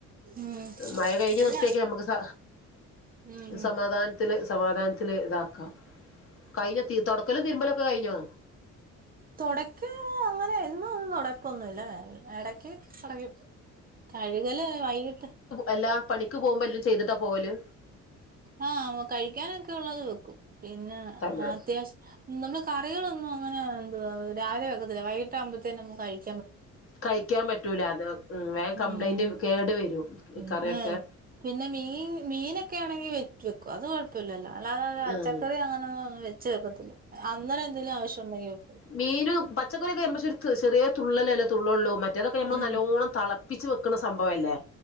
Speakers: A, on the right (about 30°); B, on the left (about 45°).
A: ഉം
B: മഴ കഴിഞ്ഞ്
A: അല്ല
B: വൃത്തിയാക്ക്യ നമുക്ക് സ
A: ഉം
B: സമാധാനം ത്തി സമാധാനത്തില് ഇതാക്കാം കഴിഞ്ഞ തുടക്കലും തിരുമ്പലൊക്കെ കഴിഞ്ഞോ
A: തുടക്ക അങ്ങനെ എന്നും ഒന്നും തുടപ്പൊന്നല്ലട തുടങ്ങി കഴുകല് വൈകിട്ട്
B: അല്ലാ പണിക്ക് പോകുമ്പോ എല്ലാം ചെയ്തിട്ടാ പോവല്
A: ആഹ് കഴിക്കാനൊക്കെ ഉള്ളത് വെക്കും പിന്നെ
B: തന്നെ
A: അത്യാവശ്യം നമ്മള് കറികളൊന്നും അങ്ങനെ എന്ത രാവിലെ വെക്കത്തില്ല വൈകീട്ട് ആകുമ്പഴത്തേും നമു കഴിക്കും
B: കഴിക്കാൻ പറ്റൂല അത് വേഗ
A: ഉം
B: കംപ്ലൈന്റ് കേടു വരും
A: ഉം
B: കറിയൊക്കെ
A: പിന്നെ മീൻ മീനൊക്കെ ആണെങ്കിൽ വെറ്റ് വെക്കും അത് കൊഴ പല്ലല്ലോ അല്ലാതെ പച്ചക്കറി
B: ആഹ്
A: അങ്ങനൊന്നുംന്നും വച്ച് വെക്കത്തില്ല അന്നേരം എന്തെങ്കിലും ആവശ്യംണ്ടെങ്കിൽ വെക്കും
B: മീൻ പച്ചക്കറിയൊക്കെ ന പക്ഷെ ഒരു ചെറിയ തുള്ളല്ലോ തുള്ളൊള്ളൂ മറ്റേതൊക്കെ നമ്മൾ
A: ഉം
B: നല്ലോണം തളപ്പ് പ്പിച്ചച്ച് വെക്കുന്ന സംഭവം അല്ലേ